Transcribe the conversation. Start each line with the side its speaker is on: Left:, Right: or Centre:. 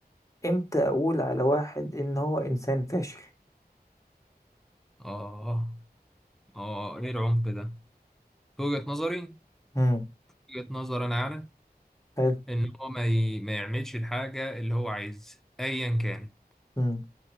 Left: امتى اقول على واحد ان هو انسان فاشل
Centre: اه اه ايه العمق ده في وجهة نظري
Left: امم
Centre: وجهة نظر انا اعلى
Left: حلو
Centre: ان هو ما, ي... ما يعملش الحاجة اللي هو عايز ايا كان
Left: امم